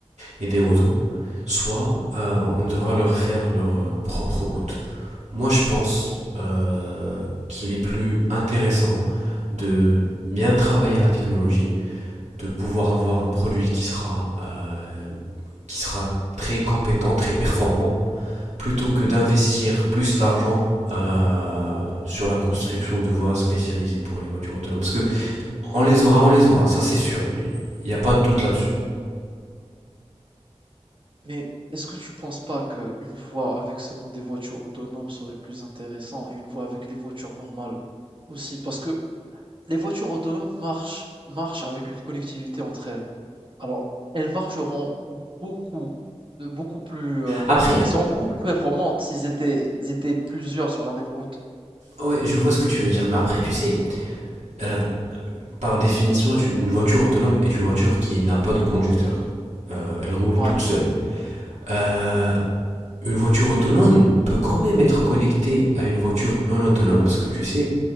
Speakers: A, on the right; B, on the right.
A: et des motos, soit euh, on devra leur faire leur euh, propre route. Moi, je pense euh, qu'il est plus intéressant de bien travailler la technologie, de pouvoir avoir un produit qui sera, euh, qui sera très compétent, très performant, plutôt que d'investir plus d'argent euh, sur la construction de voies spécialisées pour les voitures autonomes. Parce que on les aura, on les aura, ça c'est sûr. Il n'y a pas de doute là-dessus.
B: Mais est-ce que tu penses pas qu'une voie avec seulement des voitures autonomes serait plus intéressant et une voie avec les voitures normales aussi? Parce que les voitures autonomes marchent, marchent avec une connectivité entre elles. Alors, elles marcheront beaucoup, de beaucoup plus, euh,
A: Après,
B: elles seront beaucoup plus performantes s'ils étaient, ils étaient plusieurs sur la même route.
A: ouais, je vois ce que tu veux dire, mais après, tu sais, euh, par définition, une une voiture autonome est une voiture qui n'a pas de conducteur. Euh, elle roule
B: Ouais.
A: toute seule. Euh, une voiture autonome peut quand même être connectée à une voiture non autonome, parce que tu sais,